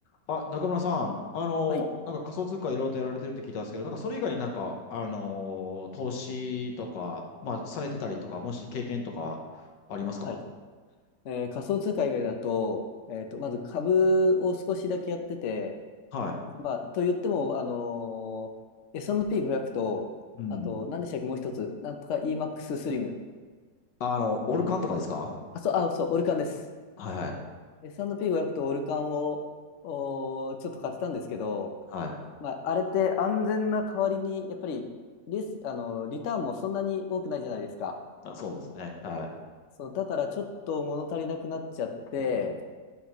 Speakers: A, on the left (about 80°); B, on the left (about 60°).
A: あ、中村さん、あの、
B: はい。
A: なんか仮想通貨いろいろとやられてるって聞いたんですけど、なんかそれ以外になんか、あの、投資とか、まあ、されてたりとか、もし経験とかありますか
B: はい。えー仮想通貨以外だと、えっと、まず株を少しだけやってて、
A: はい。
B: でまあ、と言っても、あのー S&P500 と、
A: うん。
B: あと、何でしたっけ、もう一つ。なんとか EMAX ススリム。
A: あの、オルカンとかですか
B: えーあ、そう、あ、そう、オルカンです。
A: はいはい。
B: S&P500 とオルカンを、おーちょっと買ってたんですけど、
A: はい。
B: まあ、あれって安全な代わりに、やっぱり、リス、あのーリターンもそんなに多くないじゃないですか。
A: まあ、そうですね。はい。
B: そう、だからちょっと物足りなくなっちゃって、
A: うん。